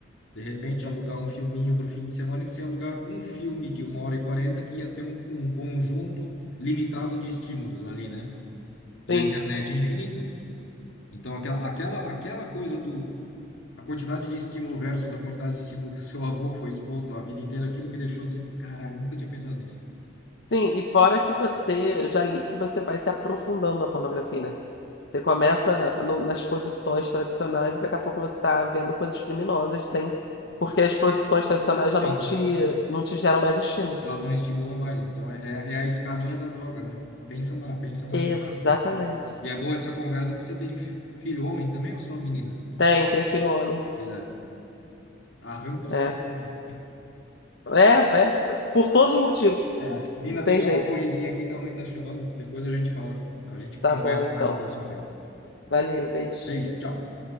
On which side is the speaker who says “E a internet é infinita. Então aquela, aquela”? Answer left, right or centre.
Left